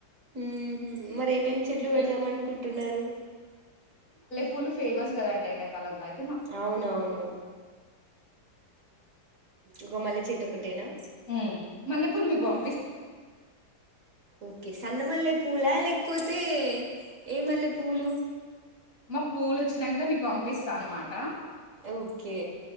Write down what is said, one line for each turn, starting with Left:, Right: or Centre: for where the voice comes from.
Right: ఉ మరీ ఏమేం చెట్లు పెడదాం
Left: ఇ
Right: అనుకుంటున్నారు
Left: పుల్ ఫేమస్ కదండి ఎండాకాలంలో అయి
Right: అవునవును ఒక మళ్ళీ చెట్టు ఒకటేనా
Left: మ్ మల్లెపుూలు మీకు పంపి
Right: ఓకే సన్నమల్లె పూలా లేకపోతే ఏ మల్లె పూలు
Left: మాకు పూవ్లు వచ్చినంక మీకు పంపిస్తా అన్నమాట
Right: ఓకే